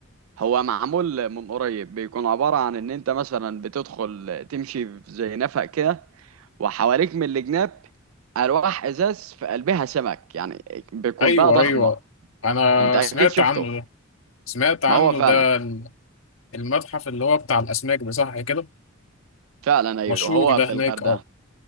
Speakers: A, on the right (about 75°); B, on the left (about 70°).
A: هو معمول من قريب بيكون عبارة عن إن أنت مثلا بتدخل تمشي في زي نفق كده وحواليك من الجناب ألواح إزاز في قلبها سمك يعني بيكون
B: ايوه
A: بقى ضخمة
B: ايوه انا
A: أنت أكيد
B: سمعت
A: شفته
B: عنه ده سمعت عنه
A: ما هو فعلا
B: ده ال- المتحف اللي هو بتاع الاسماك ده صح كده
A: فعلا أيوه
B: مشهور
A: هو
B: ده
A: في
B: هناك
A: الغردقة
B: اه